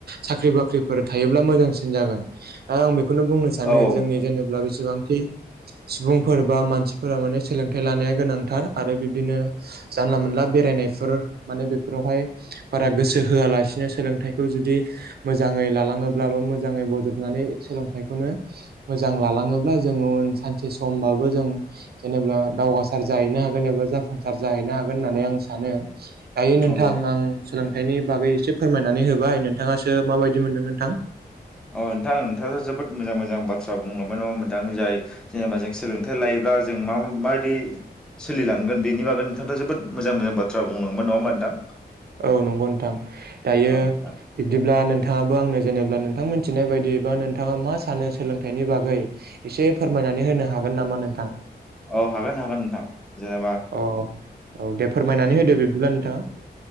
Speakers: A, on the right; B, in the centre.
A: साख्रि बाख्रिफोर थायो जेब्ला मोजांसिन जागोन ओ-आं बेखौनो बुंनो सानो
B: औ
A: जोंनि
B: नोंथां
A: जेनेब्ला बेसेबांखि सुबुंफोर बा मानसिफोरा माने सोलोंथाइ लानाया गोनांथार आरो बिब्दिनो जानला मोनला बेरायनाय बिसोरो माने बैफोरावहाय बारा गोसो होआलासेनो सोलोंथखौ जुदि मोजाङै ब्लाबो मोजाङै बजबनानै सोलोंथायखौनो मोजां लालाङोब्ला जोङो उन सानसे सम होनबाबो जों जेनेबा दावगासार जाहैनो हागोन एबा जाफुंसार जाहैनो हागोन होननानै आं सानो। दायो नोंथां
B: औ
A: आं सोलोंथाइनि बागै एसे फोरमायनानै होबाय नोंथाङासो माबायदि मोनदों नोंथां
B: अ नोंथां नोंथाङाथ' जोबोद मोजां मोजां बाथ्रा बुंलांबाय नङा होनबा नोंथां जाय जेनेबा जों सोलोंथाइ लायोब्ला दा जों माबायदि सोलिलांगोन बेनि बागै नोंथांथ' जोबोद मोजां मोजां बाथ्रा बुंलांबाय नङा होनबा नोंथां
A: औ नंगौ नोंथां दायो
B: औ नोंथां
A: बिब्दिब्ला नोंथां नोंथाङाबो आंनो जेनेबा नोंथां मोनथिनाय बायदिबा नोंथाङा मा सानो सोलोंथाइनि बागै एसे फोरमाय नानै होनो हागोन नामा नोंथां?
B: औ हागोन हागोन नोंथां जेनेबा
A: अ औ दे फोरमायनानै होदो बिब्दिब्ला नोंथाङा